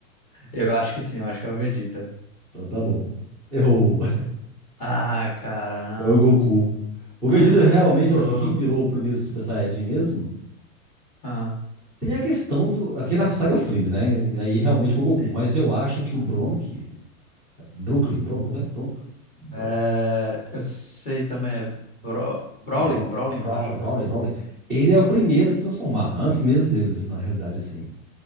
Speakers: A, on the left; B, in the centre.
A: Eu acho que sim, eu acho que é o Vegeta.
B: Então tá bom. Errou.
A: Ah, cara.
B: Foi o Goku. O Vegeta
A: <gasps> ah.
B: realmente,
A: Pô,
B: assim, quem virou o primeiro Super Saiyajin mesmo?
A: ah,
B: Tem a questão do. Aqui é na saga Freeza, né? Aí realmente foi o
A: sim.
B: Goku. Mas eu acho que
A: Ah.
B: o Bronk. Brooklyn. Bron, Bron, Bron, Bron,
A: É, eu sei também, é Bro, Brawling,
B: Brock,
A: Brawling,
B: Brawley,
A: eu acho.
B: Brawley, Brawley. Ele é o primeiro a se transformar, antes mesmo deles, na realidade, assim.